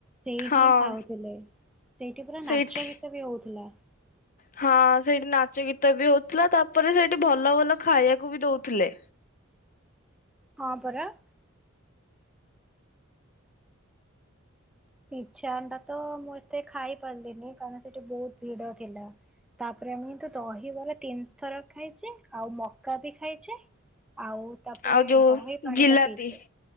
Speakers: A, in the centre; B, on the left.
A: ସେଇଠି
B: ହଁ
A: ହିଁ ଖାଉଥିଲେ ସେଇଠି ପୁରା
B: ସେଇଠି
A: ନାଚ ଗୀତ ବି ହଉଥିଲା
B: ହଁ ସେଠି ନାଚ ଗୀତ ବି ହଉଥିଲା ତାପରେ ସେଠି ଭଲ ଭଲ ଖାଇବାକୁ ବି ଦଉଥିଲେ
A: ହଁ ପରା ସିଝା ଅଣ୍ଡା ତ ମୁଁ ଏତେ ଖାଇ ପାରିଲିନି କାରଣ ସେଠି ବହୁତ ଭିଡ ଥିଲା ତାପରେ ମୁଁ କିନ୍ତୁ ଦହିବରା ତିନିଥର ଖାଇଛେ ଆଉ ମକା ବି ଖାଇଛେ ଆଉ ତାପରେ
B: ଆଉ ଯୋଉ
A: ଦହି ପାଣି
B: ଜିଲାପି
A: ତ ପିଇଛେ